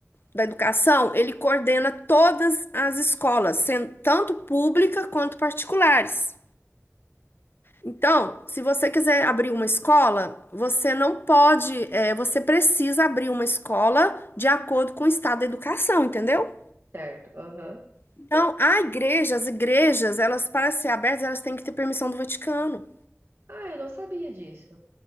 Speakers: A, on the left; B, on the right.
A: da educação, ele coordena todas as escolas, sendo tanto pública quanto particulares. Então, se você quiser abrir uma escola, você não pode, é, você precisa abrir uma escola de acordo com o estado da educação, entendeu?
B: Certo. Aham.
A: Então, a igreja, as igrejas, elas, para ser abertas, elas têm que ter permissão do Vaticano.
B: Ah, eu não sabia disso.